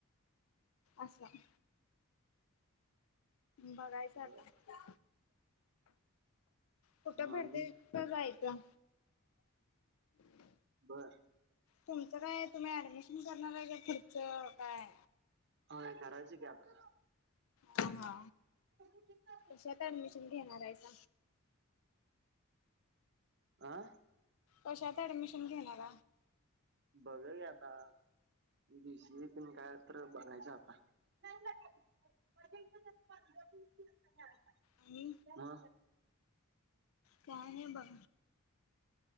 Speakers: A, on the left; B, on the right.
A: असं बघायचं
B: बर
A: आता खुठं
B: मग
A: भेडते
B: आणि
A: का जायचं
B: बर
A: तुमचं काय तुम्ही ऍडमिशन करणार आहे का पुुढचं काय
B: हय करायळच का आप
A: हा
B: <unintelligible>
A: ऍडमिशन घेणारयच
B: आं
A: कशात ऍडमिशन घेणार
B: बघ घ आता बीसी त काय तर बघायचं आता <unintelligible>
A: आणि
B: हा
A: काय नाही बघ